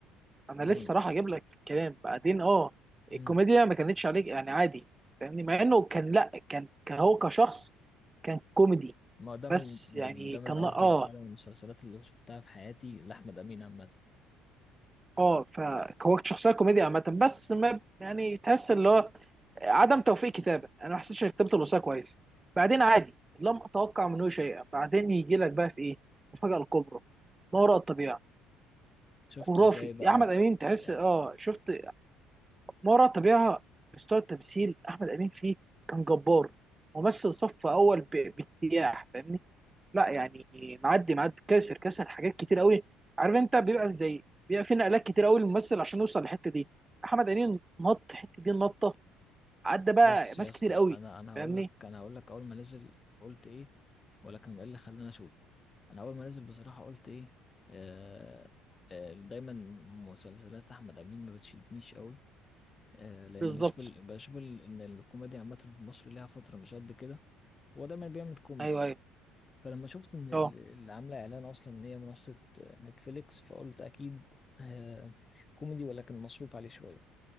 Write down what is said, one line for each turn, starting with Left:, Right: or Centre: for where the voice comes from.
Right: انا
Left: ده
Right: لسه
Left: من
Right: راح اجيب لك في الكلام بعدين اه
Left: امم
Right: الكوميديا ما كانتش عليك يعني عادي فاهمني مع انه كان لا كان هو كشخص كان كوميدي
Left: ما هو ده من
Right: بس
Left: من-
Right: يعني
Left: ده من
Right: كان
Left: افضل
Right: اه
Left: فعلا المسلسلات اللي شفتها في حياتي لاحمد امين عامة
Right: اه فهو شخصيه كوميديا عامه بس ما يعني تحس اللي هو عدم توفيق كتابه انا ما حسيتش اني كتبت الوصيه كويس بعدين عادي لم اتوقع منه شيئا بعدين يجي لك بقى في ايه المفاجاه الكبرى ما وراء الطبيعه
Left: شفته
Right: خرافي
Left: ازاي بقى
Right: يا احمد
Left: و-
Right: امين تحس
Left: يعني.
Right: اه شفت ما وراء الطبيعه مستوى التمثيل احمد امين فيه كان جبار ممثل صف اول ب- باجتياح فاهمني لا يعني معدي معدي كاسر كاسر حاجات كتير قوي عارف انت بيبقى زي بيبقى في نقلات كتير قوي للممثل عشان يوصل للحته دي احمد امين نط الحته دي النطه عدى بقى
Left: بص
Right: ناس
Left: يا اسطى
Right: كتير قوي
Left: انا انا هقول
Right: فاهمني
Left: لك انا هقول لك اول ما نزل قلت ايه ولكن ايه اللي خلاني اشوف انا اول ما نزل بصراحه قلت ايه آه آه دايما مسلسلات احمد امين ما بتشدنيش قوي آه لان
Right: بالظبط
Left: بشوف ال... بشوف ال... ان الكوميديا عامه في مصر ليها فتره مش قد كده هو دايما بيعمل كوميدي
Right: ايوه ايوه
Left: فلما شفت ان ال-
Right: اه
Left: اللي عامله اعلان اصلا ان هي منصه آه، نتفليكس فقلت اكيد آه كوميدي ولكن مصروف عليه شويه